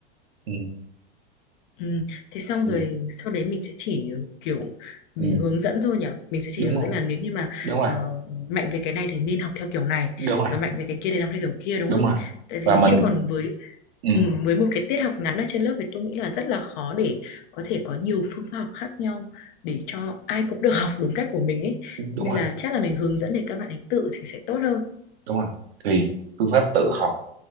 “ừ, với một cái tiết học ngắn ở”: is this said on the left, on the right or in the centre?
Left